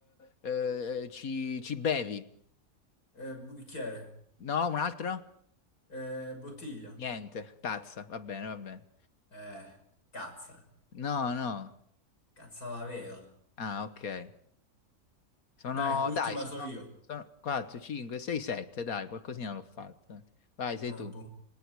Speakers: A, on the left; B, on the left.
A: eh, ci, ci bevi?
B: eh, bicchiere.
A: No, un altro?
B: Eh, Bottiglia.
A: Niente, tazza, va bene, va bene.
B: Eh, cazza.
A: No, no.
B: Cazza la vela.
A: Ah, ok. Sono,
B: Dai,
A: dai,
B: ultima
A: sono,
B: so io.
A: sono 4, 5, 6, 7, dai, qualcosina l'ho fatta. Vai, sei
B: Ah,
A: tu.
B: boh.